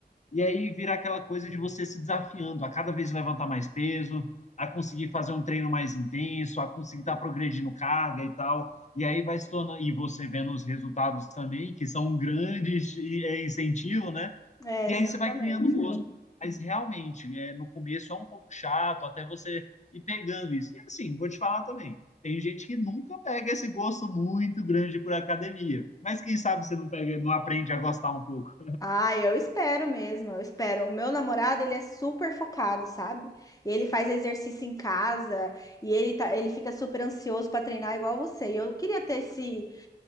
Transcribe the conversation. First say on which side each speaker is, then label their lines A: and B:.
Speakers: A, on the left (about 45°); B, on the left (about 20°).
A: E aí vira aquela coisa de você se desafiando a cada vez levantar mais peso, a conseguir fazer um treino mais intenso, a conseguir estar tá progredindo carga e tal. E aí vai se tornando, e você vendo os resultados também, que são um grande incentivo, né?
B: É,
A: E
B: exatamente.
A: aí você vai criando um gosto. Mas realmente, é, no começo é um pouco chato, até você ir pegando isso. E assim, vou te falar também, tem gente que nunca pega esse gosto muito grande por academia. Mas quem sabe você não pega, não aprende a gostar um pouco.
B: Ah, eu espero mesmo, eu espero. O meu namorado, ele é super focado, sabe? Ele faz exercício em casa e ele tá, ele fica super ansioso para treinar igual você. E eu queria ter esse